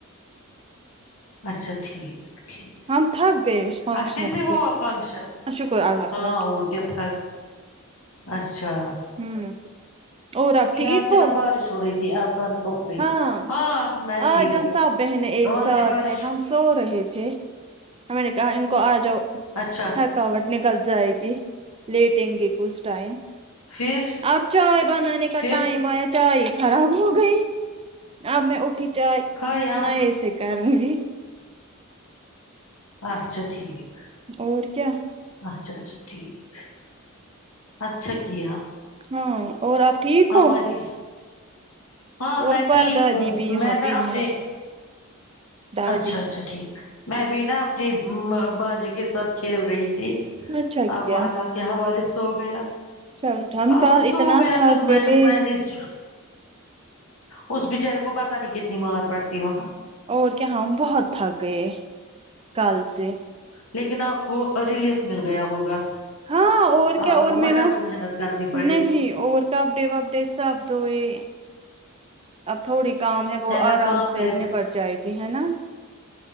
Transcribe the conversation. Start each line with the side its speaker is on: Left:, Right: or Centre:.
Left: اچھا ٹھیک ٹھیک
Right: ہم تھک گئے اس فنکشن
Left: اچھے سے ہوا فنکشن
Right: شکر اللہ
Left: ہاں
Right: کا
Left: اور چوھا اچھا اچھا
Right: ہوں اور آپ
Left: یہاں
Right: ٹھیک
Left: سے
Right: ہو
Left: نا بارش ہو رہی اب بند ہو گئی
Right: ہاں
Left: ہاں میں ٹھیک
Right: آج ہم سب بہنیں
Left: ہوں
Right: ایک
Left: وہاں
Right: ساتھ
Left: سے بارش
Right: ہیں ہم سو رہے تھے ہم نے کہااں ان کو آجا
Left: اچھا
Right: تھکاوٹ نکلتی ائ گی لیٹیں گے کس ٹائم
Left: پھر
Right: اب چائے بنانے کا
Left: پھر
Right: ٹائم آیا چائے خراب ہو گئی آپ میں اٹھی ج
Left: کھائے اب
Right: نہیں ایسے کر سی
Left: اچھا ٹھیک
Right: اور کیا
Left: اچھا اچھا ٹھیک اچھا کیا
Right: ہاں اور آپ ٹھیک
Left: ہماری
Right: ہو
Left: ہاں
Right: اور
Left: میں
Right: پر
Left: ٹھیک
Right: دادی
Left: ہوں
Right: بھی یہاں
Left: میں نا
Right: پہ ہی
Left: اپنے
Right: ہے دادی
Left: اچھا اچھا ٹھیک میں بھی نا اپنی بانجی کے ساتھ کھیل رہی ت
Right: اچھا کیا
Left: اب اللہ کے حوالے سے سو گیا
Right: چلو ٹھام
Left: اب
Right: کال
Left: وہ سو
Right: اتنا
Left: گیا
Right: تھا
Left: تو میں
Right: گئے
Left: میں نے اس اس بچارے کو پتا نہیں کتنی مار پڑتی وہاں
Right: اور کیا ہاں بہت تھک گئے کل سے جی <unintelligible>
Left: لیکن آپ کو ریلیف مل گیا ہوگا
Right: ہاں اور
Left: آپ
Right: کیا اور
Left: کو مت
Right: میرا
Left: ڈبل محنت کرنی پڑی
Right: نہیں اور کاپڈے وپڈے سب دوئے اب تھوڑی کام ہے وہ
Left: نا
Right: آرام
Left: کام
Right: سے
Left: میں
Right: اتنی پڑ جائے گی کہ ہے نا